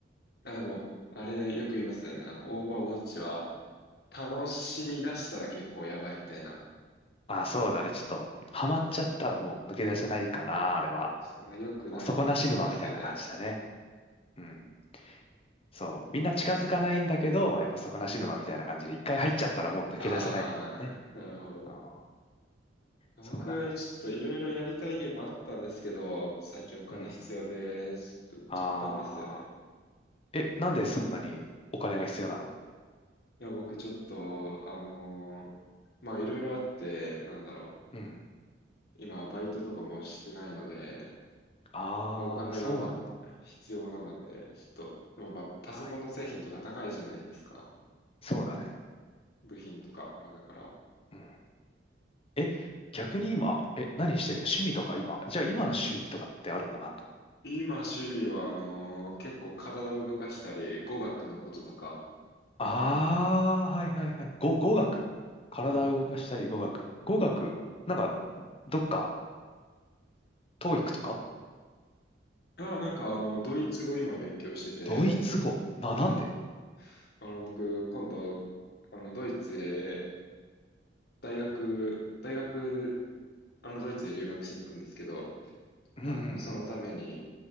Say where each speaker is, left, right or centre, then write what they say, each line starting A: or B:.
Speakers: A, on the left (about 60°); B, on the left (about 30°).
A: あ、でも、あれよく言いますよね。あの、オーバーウォッチは、楽しみ出したら結構やばいみたいな。
B: まああそうだね、ちょっと、ハマっちゃったらもう抜け出せないかな、あれは。
A: ちょっとな、良くないって聞きますよね。
B: もう底なし沼みたいな感じだね。うん。そう。みんな近づかないんだけど、やっぱ底なし沼みたいな感じで、一回入っちゃったらもう抜け出せないみたいなね。
A: ああ、なるほど。
B: ああ、
A: 僕、
B: そうだね。
A: ちょっといろいろやりたいゲームあったんですけど、最近お金必要で、
B: うん。
A: ちょっと売っちゃったんですよね。
B: ああ。え、なんでそんなにお金が必要なの
A: いや、僕ちょっと、あのーまあいろいろあって、なんだろう。
B: うん。
A: 今、バイトとかもしてないので、
B: ああ、
A: まあ、お金が、
B: そうなんだ。
A: ま、必要なので、ちょっと、まあ、パソコンの製品とか高いじゃないですか。
B: 大変だね。そうだね。
A: 部品とか。まあだから、
B: うん。え、逆に今、え、何してるの趣味とか今。じゃあ今の趣味とかってあるのなんか。
A: 今、趣味は、あのー結構体を動かしたり、語学のこととか、
B: ああ、はいはいはい。語、語学。体を動かしたり語学。
A: はい。
B: 語学、なんか、どっか、トー e とか
A: あ、なんかあの、ドイツ語今勉強してて、
B: ドイツ語。な、
A: はい。
B: なんで
A: あの、僕、今度、あの、ドイツへ、大学、大学、あの、ドイツへ留学しに行くんですけど、
B: うんうんうん。
A: あの、そのために、